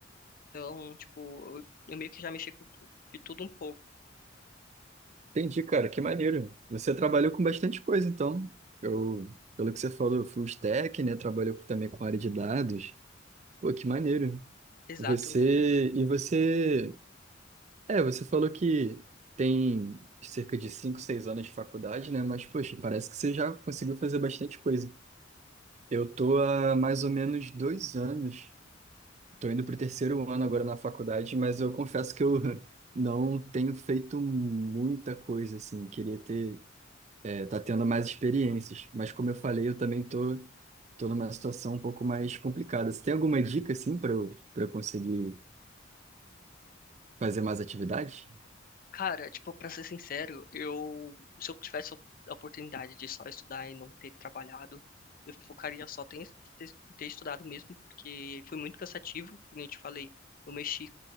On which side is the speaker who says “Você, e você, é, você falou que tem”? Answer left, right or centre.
Right